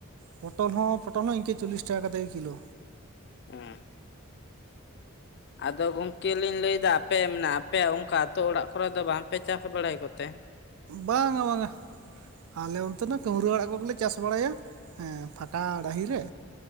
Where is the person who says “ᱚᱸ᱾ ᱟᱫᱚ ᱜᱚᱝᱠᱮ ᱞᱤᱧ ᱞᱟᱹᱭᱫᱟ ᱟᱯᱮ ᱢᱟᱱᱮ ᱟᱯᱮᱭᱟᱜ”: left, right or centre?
Left